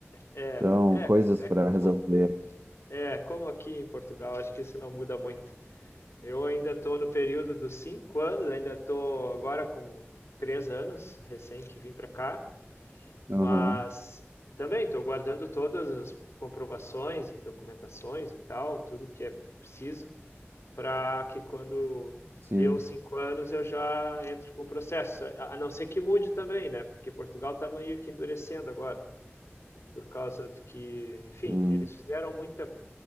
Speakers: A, on the left; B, on the right.
A: é,
B: Então,
A: é,
B: coisas
A: é
B: para
A: como,
B: resolver.
A: é como aqui em Portugal, acho que isso não muda muito. Eu ainda estou no período dos cinco anos, ainda estou agora com três anos, recém que vim para cá,
B: Aham,
A: mas também estou guardando todas as comprovações e documentações e tal, tudo que é preciso, para que quando deu
B: Sim.
A: os cinco anos eu já entro com o processo. A a não ser que mude também, né? Porque Portugal está meio que endurecendo agora, por causa de que, enfim,
B: Hum,
A: eles fizeram muita,